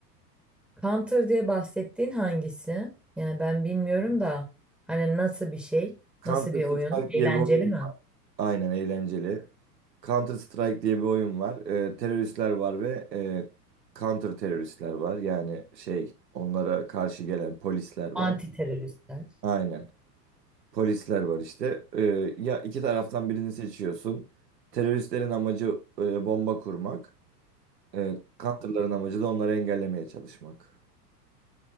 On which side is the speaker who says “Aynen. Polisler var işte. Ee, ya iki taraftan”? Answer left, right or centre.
Right